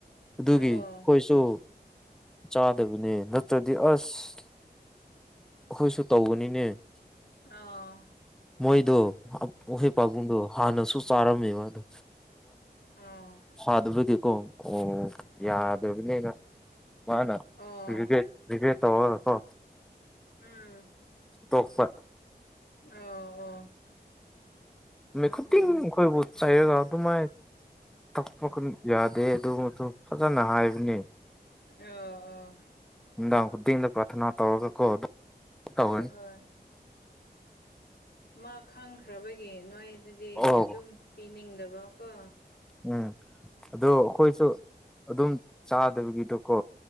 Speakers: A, in the centre; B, on the left.
A: ꯑꯗꯨꯒꯤ
B: ꯑꯣ
A: ꯑꯩꯈꯣꯏꯁꯨ ꯆꯥꯗꯕꯅꯦ ꯅꯠꯇ꯭ꯔꯗꯤ ꯑꯁ ꯑꯩꯈꯣꯏꯁꯨ ꯇꯧꯕꯅꯤꯅꯦ
B: ꯑ
A: ꯃꯣꯏꯗꯣ ꯑꯈꯣꯏ ꯄꯥꯕꯨꯡꯗꯣ ꯍꯥꯟꯅꯁꯨ ꯆꯥꯔꯝꯃꯦꯕ ꯑꯗꯣ
B: ꯎꯝ
A: ꯐꯗꯕꯒꯦꯀꯣ ꯑꯣ ꯌꯥꯗꯕꯅꯤꯅ ꯃꯥꯅꯦ
B: ꯑꯣ
A: ꯔꯤꯒꯦꯠ ꯔꯤꯒꯦꯠ ꯇꯧꯔꯒ ꯀꯣ
B: ꯎꯝ
A: ꯇꯣꯛꯄ
B: ꯑ ꯑꯣ
A: ꯃꯤꯠ ꯈꯨꯗꯤꯡ
B: ꯎꯝ
A: ꯑꯩꯈꯣꯏꯕꯨ ꯆꯩꯔꯒ ꯑꯗꯨꯃꯥꯏꯅ ꯇꯛꯄ ꯌꯥꯗꯦ ꯑꯗꯨꯁꯨ ꯐꯖꯅ ꯍꯥꯏꯕꯅꯤ
B: ꯑ ꯑ
A: ꯅꯨꯃꯤꯗꯥꯡ ꯈꯨꯗꯤꯡꯗ ꯄꯥꯔꯊꯅꯥ ꯇꯧꯔꯒꯥ ꯀꯣ ꯇꯧꯔꯅꯤ
B: ꯍꯣꯏ ꯍꯣꯏ ꯃꯥ ꯈꯪꯈ꯭ꯔꯕꯒꯤ ꯅꯣꯏ ꯑꯗꯨꯗꯤ
A: ꯑꯣ
B: ꯑꯗꯨꯝ ꯄꯤꯅꯤꯡꯗꯕ ꯀꯣ
A: ꯎꯝ ꯑꯗꯣ ꯑꯩꯈꯣꯏꯁꯨ ꯑꯗꯨꯝ ꯆꯥꯗꯕꯒꯤꯗꯣꯀꯣ